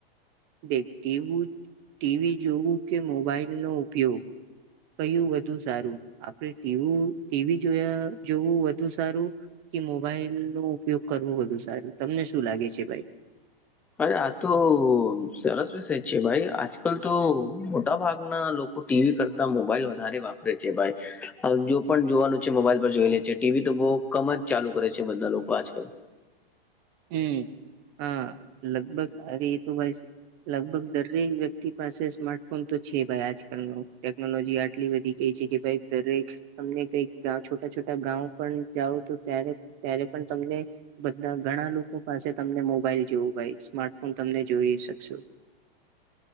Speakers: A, on the right; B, in the centre.
A: દ ટવું ટીવી જોવું કે મોબાઈલ નો ઉપયોગ. કહ્યું વધુ સારું આપડ ટી ટીવી જોયા જોવું વધુ સારું કે મોબાઈલ નો ઉપયોગ કરવો બધુ સારું તમને શું લાગે છે ભાઈ
B: અરે આ તો સરસ વિષય છે ભાઈ આજકાલ તો મોટા ભાગનાક ટીવી કરતા મોબાઈલ વધારે વાપરે છે ભાઈ જો પણ જોવાનું છે મોબાઈલ પર જોઈ લે છે ટીવી તો બહુ કમ જ ચાલુ કરે છે બધા લોકો આજકાલ
A: હમ હા લગભગ અ એ તો ભાઈ લગભગ દરેક વ્યક્તિ પાસે સ્માર્ટફોન તો છે ભાઈ આજકાલ ન ટેકનોલોજી આટલી બધી. કે છે કે ભાઈ દરે તમને કઈક છોટા છોટા ગાં પણ જાઓ તો ત્યારે ત્યારે પણ તમને બધા ઘણા લોકો પાસે તમને મોબાઈલ જોવું ભાઈ સ્માર્ટફોન તમને જોઈ શકશો.